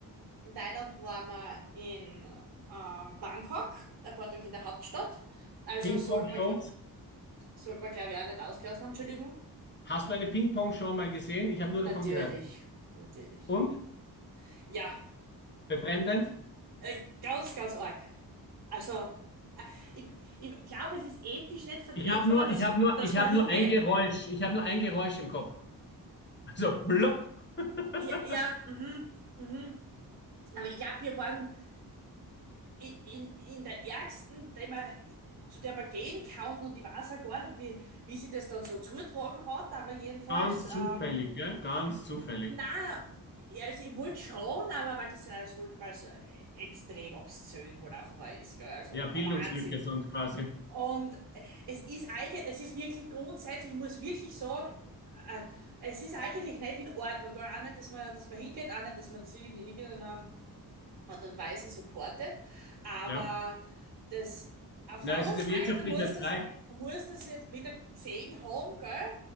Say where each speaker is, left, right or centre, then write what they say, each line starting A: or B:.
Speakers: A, on the right; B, on the left.
A: In Thailand waren wir in ähm, Bangkok, ein paar Tage in der Hauptstadt. Also
B: Ping-Pong-Shows?
A: sollte man, gl- sollte man glaube ich, auch nicht ausgelassen haben. Entschuldigung.
B: Hast du eine Ping-Pong-Show mal gesehen? Ich habe nur
A: Natürlich,
B: davon gehört.
A: natürlich.
B: Und?
A: Ja,
B: Befremdend?
A: äh, ganz, ganz arg. Also, äh, ich, ich glaube, es ist ethisch nicht vertretbar,
B: Ich habe nur,
A: dass,
B: ich habe nur,
A: dass
B: ich
A: man
B: habe
A: hingeht.
B: nur ein Geräusch. Ich habe nur ein Geräusch im Kopf. So blub. <laughs>
A: Ja, ja, mhm, mhm. Aber ich glaube, wir waren i- in, in der ärgsten, der man, zu der man gehen kann und ich weiß auch gar nicht, wie, wie sie das dann so zutragen hat, aber jedenfalls,
B: Ganz
A: ähm,
B: zufällig, gell? Ganz zufällig.
A: na, ja, also ich wollte schon, aber weil das halt, weil so extrem obszön halt einfach auch ist, gell? Also
B: Ja, Bildungslücke
A: ein Wahnsinn.
B: sonst quasi.
A: Und es ist eigentlich, es ist wirklich grundsätzlich, ich muss wirklich sagen, äh, es ist eigentlich nicht in Ordnung, gell? Auch nicht, dass man, dass man hingeht, auch nicht, dass man das in irgendeiner Art und Weise supportet. Aber
B: Ja.
A: das, auf
B: Na,
A: der anderen
B: es ist
A: Seite
B: ein wirtschaftlicher
A: muss
B: Zweig.
A: das, muss das jetzt wieder gesehen haben, gell?